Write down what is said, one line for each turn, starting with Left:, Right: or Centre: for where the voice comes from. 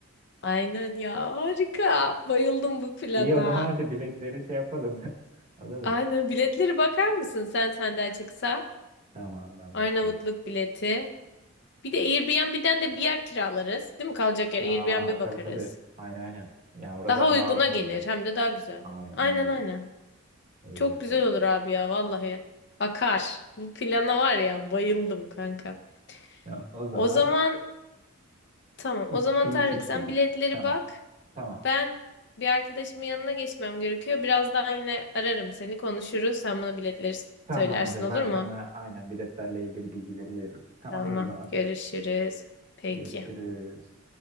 Left: Aynen ya harika. Bayıldım bu plana.
Right: İyi o zaman hadi biletleri şey yapalım. <laughs> Alalım.
Left: Aynen biletleri bakar mısın sen senden çıksa?
Right: Tamam ben
Left: Arnavutluk
Right: bakayım.
Left: bileti. Bir de Airbnb'den de bir yer kiralarız. Değil mi kalacak yer?
Right: Aa
Left: Airbnb bakarız.
Right: tabii tabii. Aynen aynen. Ya oradan
Left: Daha uyguna
Right: daha ucuz
Left: gelir
Right: oluyor.
Left: hem de daha güzel.
Right: Aynen
Left: Aynen
Right: öyle.
Left: aynen.
Right: Öyle
Left: Çok
Right: yapalım.
Left: güzel olur abi ya vallahi. Akar. Bu plana var ya bayıldım kanka.
Right: Ya o zaman
Left: O zaman tamam.
Right: iki
Left: O zaman
Right: üç
Left: Tarık
Right: üç
Left: sen
Right: dedik.
Left: biletleri
Right: Tamam.
Left: bak.
Right: Tamam.
Left: Ben bir arkadaşımın yanına geçmem gerekiyor. Birazdan yine ararım seni konuşuruz. Sen bana biletleri
Right: Tamamdır.
Left: söylersin olur
Right: Ben
Left: mu?
Right: sana aynen biletlerle ilgili bilgileri veririm. Tamamdır
Left: Tamam.
Right: o zaman.
Left: Görüşürüz. Peki.
Right: Görüşürüz.